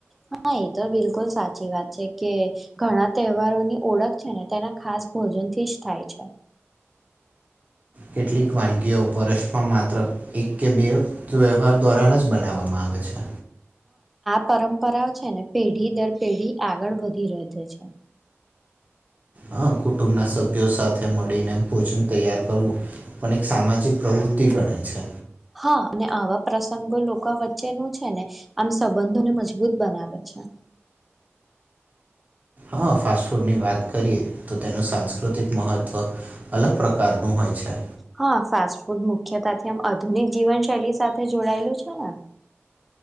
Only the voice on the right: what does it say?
કેટલીક વાનગીઓ વર્ષમાં માત્ર એક કે બેવ ત્યવાહર દોરાનજ બનાવામાં આવે છે
હ કુટુંબ ના સભ્યો સાથે મળી ભોજન તૈયાર કરવું પણ એક સામાજિક પ્રવૃત્તિ ગણાય છે
હા, ફાસ્ટ ફૂડની વાત કરીએ તો તેનું સાંસ્કૃતિક મહત્વ અલગ પ્રકારનું હોય છે